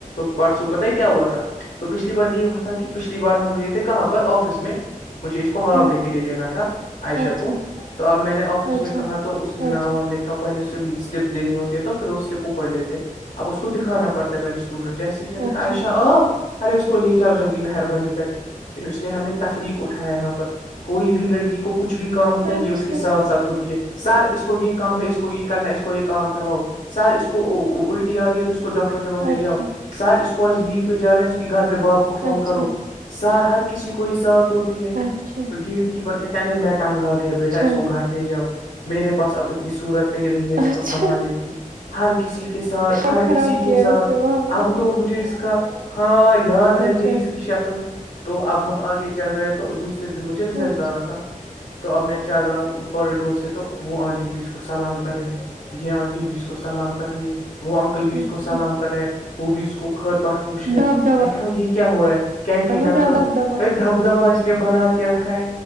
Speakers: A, on the left; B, on the right.
A: پرسو پت کیا ہوا تھا تو پچھلی بار یہ ہوا تھا کہ پچھلی بار ہم گئے تھے کہاں پر آفس میں مجھے اس کو
B: اچھا
A: ہاف ڈے کے لیے لینا تھا عائشہ
B: اچھا
A: کو تو اب میں نے آفس
B: اچھا
A: میں کہا تو اس کے
B: اچھا
A: نام ہم لکھ پہلے سلپ دینی ہوتی ہے تو پھر اس کےپ اوپڑ لیتے اب اس کو دکھانا پڑتا ہےہلے اسٹوڈٹ جیسے اس نے دکھا
B: اچھا
A: عشہ آپ ارے اس کو لے جاؤ جلدی مہربانی کر کے اس نے ہمیں تفریق اٹھایا یہاں پر کوئی بھی لڑکی کو کچھ بھی کام ہوتا ہے
B: اچھا
A: یہ اس کے ساتھ ساتھ ہوتی ہے سر اس کو یہ کام ہے اس کو یہ کرنا ہے اس کو یہ کام کرواؤ سر اس کو الٹی آ رہی ہے تو اس کو ڈاکٹر بس لے
B: اچھا
A: جاؤ سر اس کو آج لیو پہ جانا ہے اس کے گھر پہ باپ کو فون
B: اچھا
A: کرو سر ہر کسی کو ہی ساتھ ہوتی ہے
B: اچھا
A: گیٹ کیپر کہتے ہیں ارے میں تنگ آ گیا بیٹا اس
B: اچھا
A: کو گھر لے جاؤ میرے پاس اب اتنی صورت نہیں رہی ہے اس کو
B: اچھا
A: سنبھالنے کی ہر کسی کے ساتھ
B: اور
A: ہر
B: خراب
A: کسی
B: کیا
A: کے
B: ہے
A: ساتھ
B: اس نے وہاں
A: اب تو مجھے اس کا ہاں یاد
B: پہ
A: رہ
B: اچھا
A: گئی اس کی شکل تو اب ہم آگے چل رہے ہیں تو دوسرے دن مجھے رزلٹ
B: اچھا
A: آنا تھا تو اب میں چل رہا ہوں کوریڈور سے تو وہ آنٹی بھی اس کو سلام کر رہی ہے یہ آنٹی بھی اس کو سلام کر رہی ہے وہ انکل بھی اس
B: اچھا
A: کو سلام کر رہے وہ بھی اس کو خھر پاٹ پوچھ رہے
B: داب دبا
A: یہ کیا ہو رہا ہے کینٹین
B: نا
A: اکل
B: داب داب دبا
A: دب دھبا اس نے بنا کے رکھا ہے